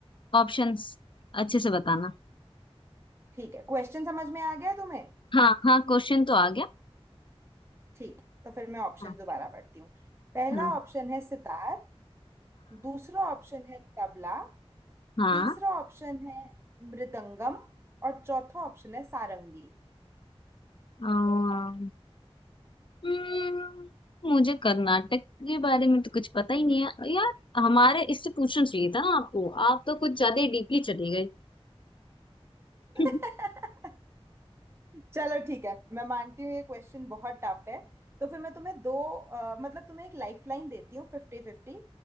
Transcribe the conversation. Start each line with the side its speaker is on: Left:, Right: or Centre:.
Left: ऑप्शंस अच्छे से बताना
Right: ठीक है क्वेश्चन समझ में आ गया तुम्हें
Left: हाँ हाँ क्वेश्चन तो आ गया
Right: ठीक तो फिर मैं ऑप्शन
Left: हाँ
Right: दोबारा पढ़ती हूँ पहला
Left: हाँ
Right: ऑप्शन है सितार दूसरा ऑप्शन है तबला
Left: हाँ
Right: तीसरा ऑप्शन है मृदंगम और चौथा ऑप्शन है सारंगी
Left: हाँ, हम्म, मुझे कर्नाटक के बारे में तो कुछ पता ही नहीं है यार हमारे इससे पूछना चाहिए था ना आपको आप तो कुछ ज्यादा ही डीपली चले गए <laughs>
Right: <laughs> चलो ठीक है मैं मानती हूँ ये क्वेश्चन बहुत टफ है तो फिर मैं तुम्हें दो अ, मतलब तुम्हें एक लाइफलाइन देती हूँ फिफ्टी फिफ्टी